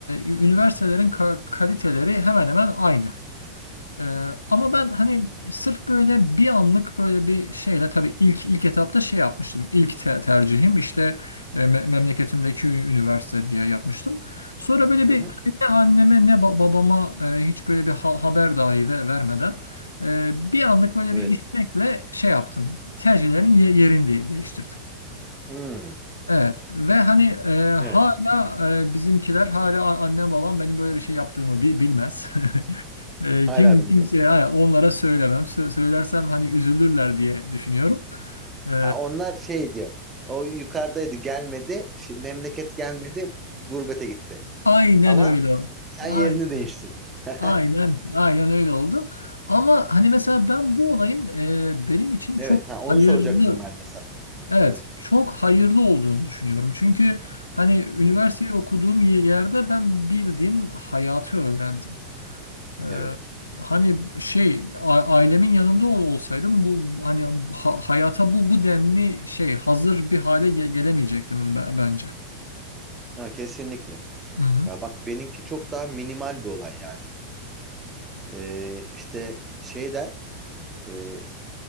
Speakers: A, on the left; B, on the right.
A: ü- üniversitelerin ka- kaliteleri hemen hemen aynı. Ee, ama ben hani sırf böyle bir anlık böyle bir şeyle tabii ilk ilk etapta şey yapmıştım. İlk te- tercihim işte e, me- memleketimdeki ü- üniversite diye yapmıştım. Sonra böyle
B: Hı
A: bir
B: hı.
A: hani ne anneme ne ba- babama e, hiç böyle bir ha- haber dahi ve vermeden e, bir anlık böyle
B: Evet.
A: bir istekle şey yaptım. Tercihlerin ye- yerini de- değiştirdim.
B: Hmm.
A: Evet ve hani e, hala
B: Evet.
A: e, bizimkiler hala a- annem babam benim böyle bir şey yaptığımı bi- bilmez. <laughs> E,
B: <laughs> Hala
A: kim
B: bilmiyorum.
A: kimseye ha, onlara söylemem. Sö- söylersem hani üzülürler diye düşünüyorum. E,
B: Ha onlar şey diyor. O yukarıdaydı, gelmedi. Şey, memleket gelmedi, gurbete gitti.
A: aynen
B: Ama
A: öyle.
B: sen
A: Aynen,
B: yerini değiştirdin. <laughs>
A: aynen, aynen öyle oldu. Ama hani mesela ben bu olayın e, benim için
B: Evet,
A: çok
B: ha onu
A: hayırlı,
B: soracaktım ben de sana.
A: evet,
B: Evet.
A: çok hayırlı olduğunu düşünüyorum. Çünkü hani üniversiteyi
B: Hı.
A: okuduğum yerde ben bildiğin hayatı öğrendim. Ee,
B: Evet.
A: hani şey a- ailemin yanında ol, olsaydım bu bu- hani ha- hayata bu bu denli şey hazır bir hale ge- gelemeyecektim be- bence.
B: Ya kesinlikle.
A: Hı hı.
B: Ya bak benimki çok daha minimal bir olay yani. Ee, işte şeyde e,